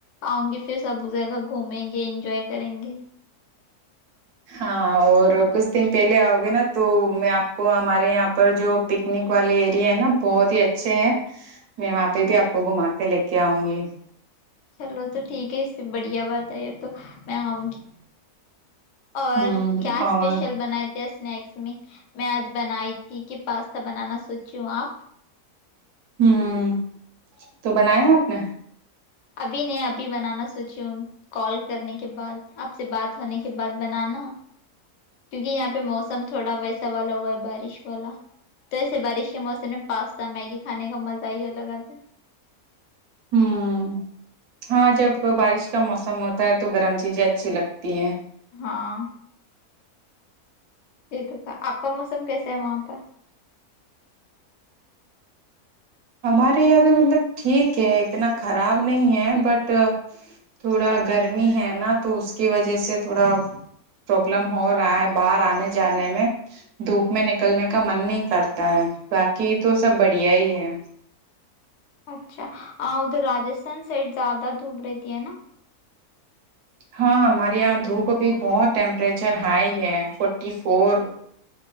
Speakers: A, on the left (about 65°); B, on the right (about 80°).
A: آؤں گی پھر سب جگہ گھومیں گے انجوائے کریں گے
B: ہاں اور کچھ دن پہلے آؤ گے نا تو میں آپ کو ہمارے یہاں پر جو پکنک والے ایریا ہے نا بہت ہی اچھے ہیں میں وہاں
A: اچھا
B: پہ بھی آپ کو گھما کے لے کے کیا ہوں گے
A: چلو تو ٹھیک ہے اس سے بڑھیا بات ہے یہ تو میں آؤں گی اور
B: ہوں
A: کیا اسپیشل
B: اور
A: بنائے اسنیکس میں میں آج بنائی تھی کہ پاستا بنانا سوچی ہوں آپ
B: ہوں تو بنایا آپ نے
A: ابھی نہیں ابھی بنانا س سوچی کال کرنے کے بعد آپ سے بات ہونے کے بعد بنانا کیونکہ یہاں پہ موسم تھوڑا ویسا والا ہوا ہے بارش والا تو ایسے بارش کے موسم میں پاستا میگی کھانے کا مزہ ہی لگ آتا ہے
B: ہوں ہاں جب بارش کا موسم ہوتا ہے تو گرم چیزیں اچھی لگتی ہیں
A: ہاں یہ تو کا آپ کا موسم کیسے ہے وہاں پر
B: ہمارے یہاں بھی مطلب ٹھیک ہے اتنا خراب نہیں ہے بٹ تھوڑا گرمی ہے نا تو اس کی وجہ سے تھوڑا پرابلم ہو رہا ہے باہر آنے جانے میں دھوپ میں نکلنے کا من نہیں کرتا ہے باقی تو سب بڑھیا ہی ہے
A: اچھا ہاں ادھر راجس سن سٹ زیادہ دھوپ رہتی ہے نا
B: ہاں ہمارے یہاں دھوپ بھی بہت ٹیمپریچر ہائی ہے فورٹی فور